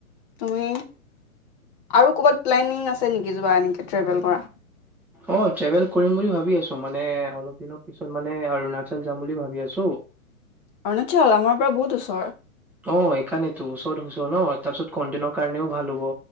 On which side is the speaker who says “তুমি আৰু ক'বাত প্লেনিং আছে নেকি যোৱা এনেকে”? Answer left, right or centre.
Left